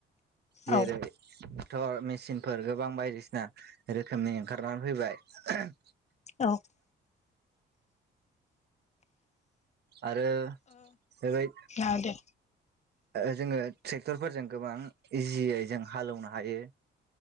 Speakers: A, on the right; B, on the left.
A: जेरै
B: औ
A: टेक्टर मेचिनफोर गोबां बायदिसिना रोखोमनि ओंखारनानै फैबाय।
B: औ
A: आरो बेबाय
B: औ दे
A: ओ जोङो ट्रेक्टरफोरजों गोबां इजियै जों हालौनो हायो।